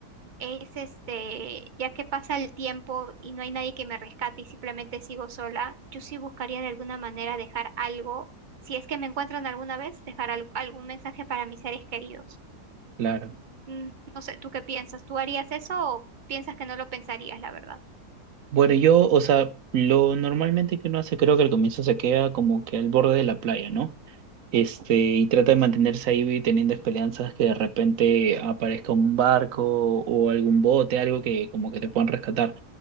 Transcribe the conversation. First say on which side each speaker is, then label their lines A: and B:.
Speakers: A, on the right (about 40°); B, on the right (about 60°).
A: Es este, ya que pasa el tiempo y no hay nadie que me rescate y simplemente sigo sola, yo sí buscaría de alguna manera dejar algo, si es que me encuentran alguna vez, dejar al- algún mensaje para mis seres queridos.
B: claro.
A: Mm, no sé, ¿tú qué piensas? ¿Tú harías eso o piensas que no lo pensarías, la verdad?
B: Bueno, yo, o sea, lo normalmente que uno hace, creo que al comienzo se queda como que al borde de la playa, ¿no? Este, y trata de mantenerse ahí y teniendo esperanzas que de repente aparezca un barco o algún bote, algo que como que te puedan rescatar.